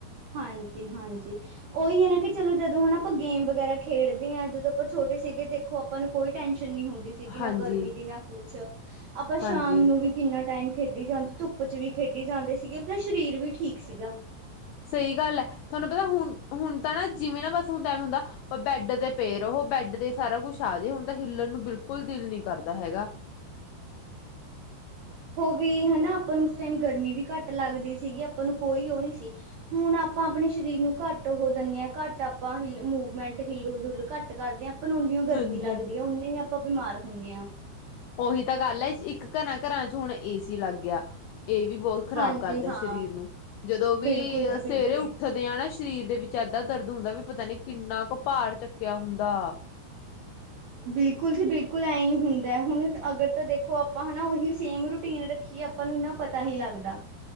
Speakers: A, on the right (about 80°); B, on the left (about 85°).
A: ਹਾਂਜੀ- ਹਾਂਜੀ। ਉਹੀ ਹੈ ਨਾ ਕਿ ਚਲੋ ਜਦੋਂ ਹੈਨਾ ਆਪਾਂ ਗੇਮ ਵਗੈਰਾ ਖੇਡਦੇ ਹਾਂ, ਜਦੋਂ ਆਪਾਂ ਛੋਟੇ ਸੀਗੇ ਦੇਖੋ ਆਪਾਂ ਨੂੰ ਕੋਈ ਟੈਂਸ਼ਨ ਕਿੰਨੀ ਹੁੰਦੀ ਸੀਗੀ
B: ਹਾਂਜੀ
A: ਨਾ ਗਰਮੀ ਦੀ, ਨਾ ਕੁਛ ਆਪਾਂ
B: ਹਾਂਜੀ
A: ਸ਼ਾਮ ਨੂੰ ਵੀ ਕਿੰਨਾ ਟਾਈਮ ਖੇਡੀ ਜਾਂਦੇ, ਧੁੱਪ ਚ ਵੀ ਖੇਡੀ ਜਾਂਦੇ ਸੀਗੇ। ਆਪਣਾ ਸਰੀਰ ਵੀ ਠੀਕ ਸੀਗਾ।
B: ਸਹੀ। ਗੱਲ ਹੈ। ਤੁਹਾਨੂੰ ਪਤਾ ਹੁਣ, ਹੁਣ ਤਾਂ ਨਾ ਜਿਵੇਂ ਨਾ ਬਸ ਹੁਣ ਤੇ ਏਵੇਂ ਹੁੰਦਾ, ਬੈੱਡ ਤੇ ਪਏ ਰਹੋ, ਬੈਡ ਤੇ ਸਾਰਾ ਕੁਛ ਆ ਜੇ, ਹੁਣ ਤਾਂ ਹਿੱਲਣ ਨੂੰ ਬਿਲਕੁਲ ਦਿਲ ਨੀ ਕਰਦਾ ਹੈਗਾ।
A: ਪੀ ਹੈਨਾ ਆਪਾਂ ਨੂੰ ਉਸ ਟਾਈਮ ਗਰਮੀ ਵੀ ਘੱਟ ਲੱਗਦੀ ਸੀਗੀ, ਆਪਾਂ ਨੂੰ ਕੋਈ ਉਹ ਨੀ ਸੀ। ਹੁਣ ਆਪਾਂ ਆਪਣੇ ਸਰੀਰ ਨੂੰ ਘੱਟ ਉਹ ਦਿੰਦੇ ਹਾਂ ਘੱਟ ਆਪਾਂ ਹਿੱਲ ਮੂਵਮੈਂਟ, ਹਿੱਲੂ ਡੁੱਲ ਘੱਟ ਕਰਦੇ ਆ ਅਪ ਣ ਉਨੀਓ ਗਰਮੀ
B: ਹਾਂਜੀ।
A: ਲੱਗਦੀ ਹੈ, ਉਨੇ ਹੀ ਆਪਾਂ ਬਿਮਾਰ ਹੁੰਦੇ ਹਾਂ।
B: ਉਹੀ ਤਾਂ ਗੱਲ ਹੈ ਇੱਕ ਘਰਾਂ ਘਰਾਂ ਚ ਹੁਣ ਏਸੀ ਲੱਗ ਗਿਆ। ਇਹ ਵੀ ਬਹੁਤ ਖ਼ਰਾਬ
A: ਹਾਂਜੀ
B: ਕਰਦਾ
A: ਹਾਂ
B: ਸਰੀਰ ਨੂੰ ਜਦੋਂ ਵੀ
A: ਬਿਲਕੁਲ ਜੀ ਬਿਲਕੁਲ
B: ਸਵੇਰੇ ਉੱਠਦੇ ਆ ਨਾ। ਸਰੀਰ ਦੇ ਵਿੱਚ ਏਦਾਂ ਦਰਦ ਹੁੰਦਾ ਵੀ ਪਤਾ ਨੀ ਕਿੰਨਾ ਕੁ ਭਾਰ ਚੱ ਕਿਆ ਹੁੰਦਾ?
A: ਬਿਲਕੁਲ ਜੀ ਬਿਲਕੁਲ ਐਹੀ ਹੁੰਦਾ ਹੁਣ ਅਗਰ ਤਾਂ ਦੇਖੋ ਆਪਾਂ ਹਨਾ ਉਹੀ ਸੇਮ ਰੂਟੀਨ ਰੱਖੀਏ ਆਪਾਂ ਨੂੰ ਇਨਾ ਪਤਾ ਨਹੀ ਲੱਗਦਾ।